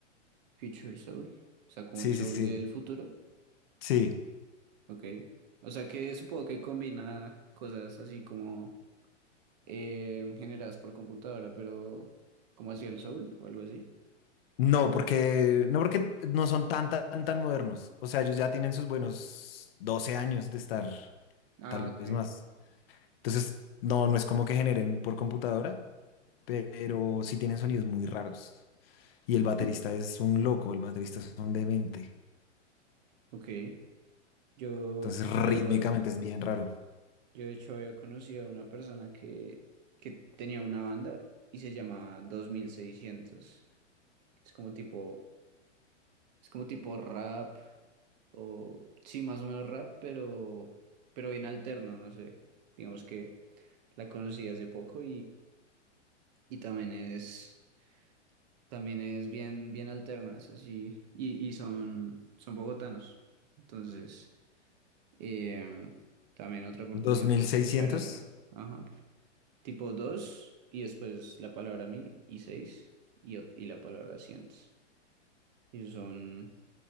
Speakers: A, on the right; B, on the left.
A: Future Soul. O sea, como
B: Sí,
A: el soul
B: sí, sí.
A: del futuro.
B: Sí.
A: Ok. O sea que supongo que combina cosas así como eh, generadas por computadora, pero como hacía el Soul o algo así.
B: No, porque no porque no son tan, tan, tan modernos. O sea, ellos ya tienen sus buenos 12 años de estar,
A: Ah,
B: tal
A: ok.
B: vez más. Entonces, no, no es como que generen por computadora, pero sí tienen sonidos muy raros. Y el baterista
A: <laughs>
B: es un loco, el baterista es un demente.
A: Ok. Yo,
B: Entonces, rítmicamente
A: yo,
B: es bien raro.
A: yo de hecho había conocido a una persona que, que tenía una banda y se llama 2600. Es como tipo, es como tipo rap o sí, más o menos rap, pero, pero bien alterno, no sé. Digamos que la conocí hace poco Y también es, también es bien, bien alternas, así, y, y son, son bogotanos. Entonces, eh, también otra oportunidad
B: 2600.
A: para escuchar algo. Ajá. Tipo 2 y después la palabra mil y seis y, o- y la palabra cientos. Ellos son,